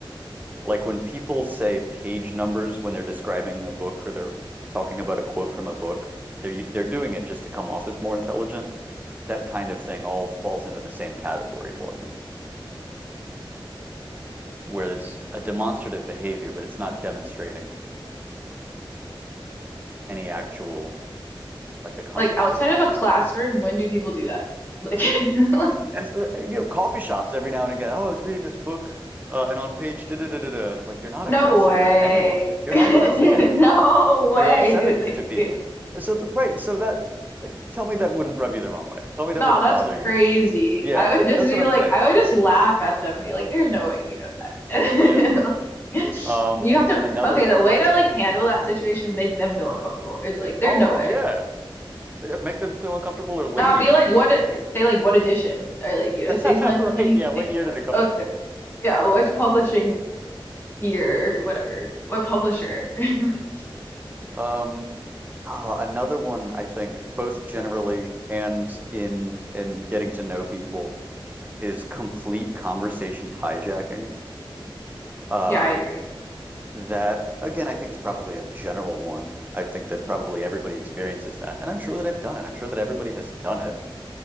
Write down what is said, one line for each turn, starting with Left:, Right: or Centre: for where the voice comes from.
Right: Like when people say page numbers when they're describing a book or they're talking about a quote from a book, they're they're doing it just to come off as more intelligent. That kind of thing all falls into the same category for me, where it's a demonstrative behavior, but it's not demonstrating any actual like accomplishment.
Left: Like outside of a classroom, when do people do that? Like, <laughs>
Right: As uh, you know, coffee shops every now and again, oh, I was reading this book, uh, and on page da da da da da, like you're not
Left: no
Right: impressing
Left: way.
Right: anyone. You're
Left: <laughs>
Right: not impressing anyone.
Left: No way
Right: you're upsetting
Left: dude. they
Right: to people.
Left: do
Right: So right, so that tell me that wouldn't rub you the wrong way. Tell me that
Left: No,
Right: wouldn't
Left: that's
Right: bother you.
Left: crazy.
Right: Yeah,
Left: I would just
Right: that's
Left: be
Right: what I'm
Left: like,
Right: saying.
Left: I would just laugh at them, be like, there's no way you know that.
Right: Yeah.
Left: <laughs> Like,
Right: Um,
Left: you have to,
Right: another.
Left: okay, the way to like handle that situation is make them feel uncomfortable. It's like, there's
Right: Oh
Left: no way.
Right: yeah, Uh, make them feel uncomfortable or leave.
Left: Nah, be like, what, say like, what edition? Or like, you
Right: <laughs>
Left: know, say something
Right: Right.
Left: like,
Right: Yeah.
Left: <laughs>
Right: What
Left: like,
Right: year did
Left: like
Right: it come
Left: okay,
Right: out?
Left: yeah, which publishing year or whatever, what publisher. <laughs> Like,
Right: Um. ah, another one I think both generally and in in getting to know people is complete conversation hijacking. Uh,
Left: yeah, I agree.
Right: that again i think is probably a general one i think that probably everybody experiences that and i'm sure that i've done it i'm sure that everybody has done it